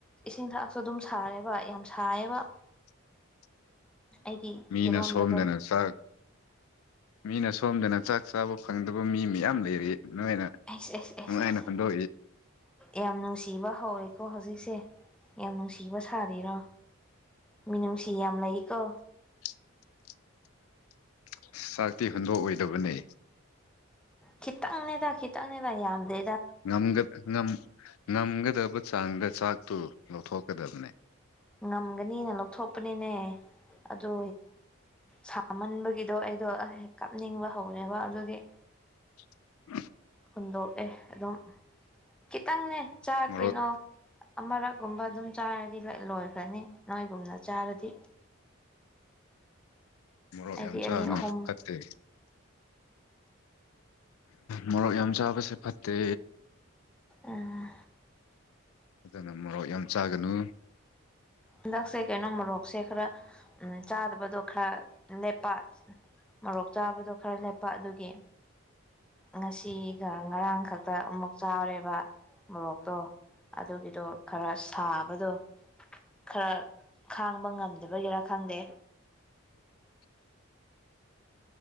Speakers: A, in the centre; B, on the left.
A: ꯏꯁꯤꯡ ꯊꯛꯑꯁꯨ ꯑꯗꯨꯝ ꯁꯥꯔꯦꯕ ꯌꯥꯝ ꯁꯥꯏꯌꯦꯕ
B: <inaudible>
A: ꯑꯩꯒꯤ
B: ꯃꯤꯅ
A: ꯏꯔꯣꯟꯕꯗꯣ
B: ꯁꯣꯝꯗꯅ ꯆꯥꯛ ꯃꯤꯅ ꯁꯣꯝꯗꯅ ꯆꯥꯛ ꯆꯥꯕ ꯐꯪꯗꯕ ꯃꯤ ꯃꯌꯥꯝ ꯂꯩꯔꯤ ꯅꯣꯏꯅ
A: ꯑꯩꯁ ꯑꯩꯁ ꯑꯩꯁ
B: ꯅꯨꯡꯉꯥꯏꯅ
A: ꯑꯩꯁ
B: ꯍꯨꯟꯗꯣꯛꯏ
A: ꯌꯥꯝ ꯅꯨꯡꯁꯤꯕ ꯍꯧꯋꯦꯀꯣ ꯍꯧꯖꯤꯛꯁꯦ ꯌꯥꯝ ꯅꯨꯡꯁꯤꯕ ꯁꯥꯔꯤꯔꯣ ꯃꯤꯅꯨꯡꯁꯤ ꯌꯥꯝ ꯂꯩꯀꯣ
B: <inaudible> ꯆꯥꯛꯇꯤ ꯍꯨꯟꯗꯣꯛ ꯑꯣꯏꯗꯕꯅꯦ
A: ꯈꯤꯇꯪꯅꯦꯗ ꯈꯤꯇꯪꯅꯦꯗ ꯌꯥꯝꯗꯦ
B: ꯉꯝꯒ ꯉꯝ ꯉꯝꯒꯗꯕ ꯆꯥꯡꯗ ꯆꯥꯛꯇꯨ ꯂꯧꯊꯣꯛꯀꯗꯕꯅꯦ
A: ꯉꯝꯒꯅꯤꯅ ꯂꯧꯊꯣꯛꯄꯅꯤꯅꯦ ꯑꯗꯨ ꯁꯥꯃꯟꯕꯒꯤꯗꯣ ꯑꯩꯗꯣ ꯀꯥꯞꯅꯤꯡꯕ ꯍꯧꯕꯔꯦꯕ ꯑꯗꯨꯒꯤ
B: <inaudible>
A: ꯍꯨꯟꯗꯣꯛꯑꯦ ꯑꯗꯨꯝ ꯈꯤꯇꯪꯅꯦ ꯆꯥꯛ
B: ꯃꯣꯔꯣꯛ
A: ꯀꯩꯅꯣ ꯑꯃꯔꯛ ꯒꯨꯝꯕ ꯑꯗꯨꯝ ꯆꯥꯔꯗꯤ ꯂꯣꯏꯈ꯭ꯔꯅꯤ ꯅꯣꯏꯒꯨꯝꯅ ꯆꯥꯔꯗꯤ
B: ꯃꯣꯔꯣꯛ
A: ꯑꯩꯗꯤ
B: ꯌꯥꯝ ꯆꯥꯒꯅꯨ
A: ꯑꯅꯤ ꯑꯍꯨꯝ
B: ꯐꯠꯇꯦ ꯃꯣꯔꯣꯛ ꯌꯥꯝ ꯆꯥꯕꯁꯦ ꯐꯠꯇꯦ
A: ꯑꯥ
B: ꯑꯗꯨꯅ ꯃꯣꯔꯣꯛ ꯌꯥꯝ ꯆꯥꯒꯅꯨ
A: ꯍꯟꯗꯛꯁꯦ ꯀꯩꯅꯣ ꯃꯣꯔꯣꯛꯁꯦ ꯈꯔ ꯎꯝ ꯆꯥꯗꯕꯗꯣ ꯈꯔ ꯂꯦꯞꯄ ꯃꯣꯔꯣꯛ ꯆꯥꯕꯗꯣ ꯈꯔ ꯂꯦꯞꯄ ꯑꯗꯨꯒꯤ ꯉꯁꯤꯒ ꯉꯔꯥꯡ ꯈꯛꯇ ꯑꯃꯨꯛ ꯆꯥꯎꯔꯦꯕ ꯃꯣꯔꯣꯛꯇꯣ ꯑꯗꯨꯒꯤꯗꯣ ꯈꯔ ꯁꯥꯕꯗꯣ ꯈꯔ ꯈꯥꯡꯕ ꯉꯝꯗꯕꯒꯤꯔꯥ ꯈꯪꯗꯦ
B: <inaudible>